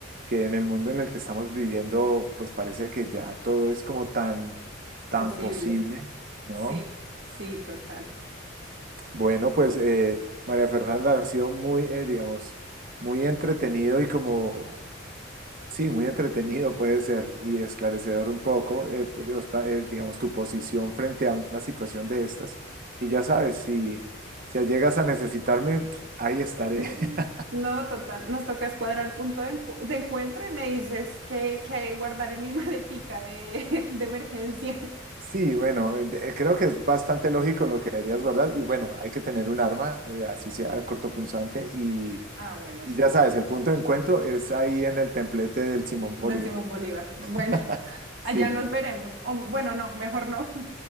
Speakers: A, on the right; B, on the right.
A: que en el mundo en el que estamos viviendo, pues parece que ya todo es como tan, tan
B: Posible.
A: posible, ¿no?
B: Sí, sí, total.
A: Bueno, pues eh, María Fernanda ha sido muy, eh, digamos, muy entretenido y como Sí, muy entretenido puede ser y esclarecedor un poco, eh, los pa- eh, digamos, tu posición frente a una situación de estas. Y ya sabes, si, si llegas a necesitarme, ahí estaré.
B: <laughs>
A: <laughs>
B: No, total. Nos toca escuadrar punto de, empu- de encuentro y me dices que, que guardar en mi maletica de, <laughs> de emergencia.
A: Sí, bueno, eh, eh, creo que es bastante lógico lo que deberías guardar. Y bueno, hay que tener un arma, eh, así sea cortopunzante. Y,
B: Ah, bueno,
A: y
B: sí.
A: ya sabes, el punto de encuentro es ahí en el templete del
B: eh,
A: Simón
B: del
A: Bolívar.
B: Simón Bolívar. Bueno,
A: <laughs>
B: <laughs>
A: Sí.
B: allá nos veremos. O, bueno, no, mejor no.